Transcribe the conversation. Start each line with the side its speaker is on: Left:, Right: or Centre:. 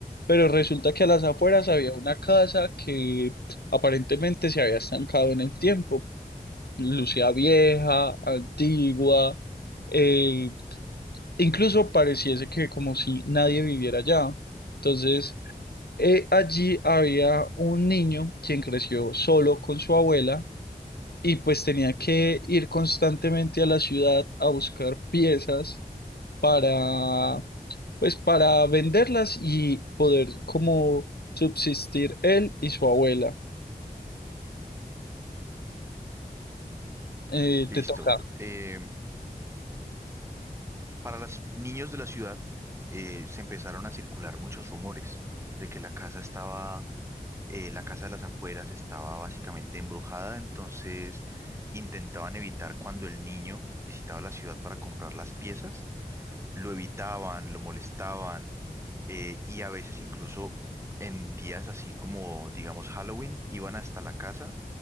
Left: pero resulta que a las afueras
Right: Ujú.
Left: había una casa que aparentemente se había estancado en el tiempo. Lucía vieja, antigua, eh, Incluso pareciese que como si nadie viviera allá. Entonces, eh, allí había un niño quien creció solo con su abuela y pues tenía que ir constantemente a la ciudad a buscar piezas para, pues para venderlas y poder como subsistir él y su abuela. Eh,
Right: Listo.
Left: te toca.
Right: Eh, para los niños de la ciudad, eh, se empezaron a circular muchos rumores de que la casa estaba, eh, la casa de las afueras estaba básicamente embrujada, entonces intentaban evitar cuando el niño visitaba la ciudad para comprar las piezas lo evitaban, lo molestaban, eh, y a veces incluso en días así como, digamos, Halloween, iban hasta la casa